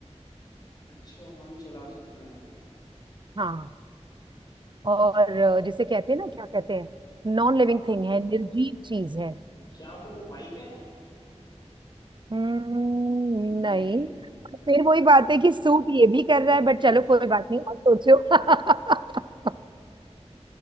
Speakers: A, on the left (about 35°); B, on the right (about 40°).
A: अच्छा हम चला सकते हैं
B: हाँ और अ, जिसे कहते हैं ना क्या कहते हैं नॉन
A: हाँ हाँ
B: लिविंग थिंग है निर्जीव चीज है
A: क्या वो बाइक है
B: हम्म,
A: नहीं
B: नहीं
A: नहीं
B: फिर वही
A: बाइक
B: बात है कि सूट ये भी कर रहा है बट
A: आ,
B: चलो कोई बात नहीं और सोचो <laughs>